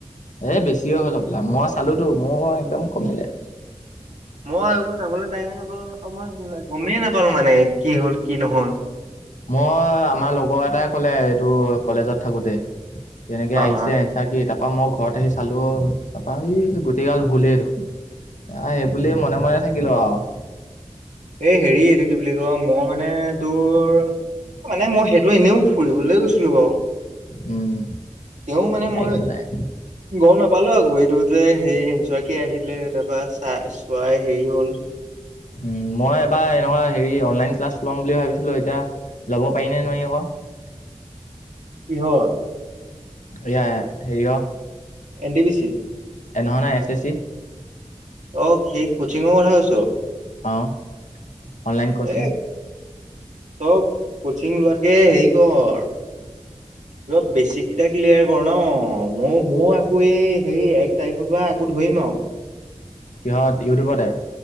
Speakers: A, on the left; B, on the right.
A: এই বেছিয়ে হ'ল হবলা, মই চালোতো মোৰ একদম কমিলে।
B: মই এইবোৰ চাবলৈ টাইমে নাপালোঁ নহয় অ', মই গমেই নাপালো মানে কি হল কি নহল।
A: মই আমাৰ লগৰ এটাই ক'লে এইটো কলেজত থাকোতে। এনেকে
B: অ
A: আহিছে
B: অ
A: এনচা কি তাৰাপা মই ঘৰত আহি চালো অ', চাপা এই গোটেইগাল ভুলেই দেখোন। আহ সেইবুলিয়ে মনে মনে থাকিলো আৰু।
B: এ হেৰি এইটো কি বুলি ক মই মানে তোৰ মানে মই সেইটো এনেও ফুৰিবলৈ গৈছিলো বাৰু।
A: উম,
B: তেওঁ মানে মই
A: একো নাই
B: গম নাপালো আকৌ এইটো যে হেৰি বাকি আহিলে তাৰপা চাই চোৱাই হেৰি হল।
A: উম, মই এবাৰ এনেকুৱা হেৰি অনলাইন ক্লাছ ল'ম বুলি ভাবিছিলো এতিয়া ল'ব পাৰি নে নোৱাৰি আক।
B: কিহৰ?
A: এয়া হেৰি
B: এন ডি বি চি
A: তেনেহ'লে এছ এছ চ।
B: অ' সেই কচিংও কথা কৈছ।
A: অ' অনলাইন কচিং।
B: এ তই কচিং লোৱাতকে হেৰি কৰ প বেছিক কেইটা ক্লিয়াৰ কৰ ন, মই-মই আকৌ এই সেই এক তাৰিখৰ পৰা আকৌ ধৰি ধৈমাও
A: কিহত ইউটিউবতে?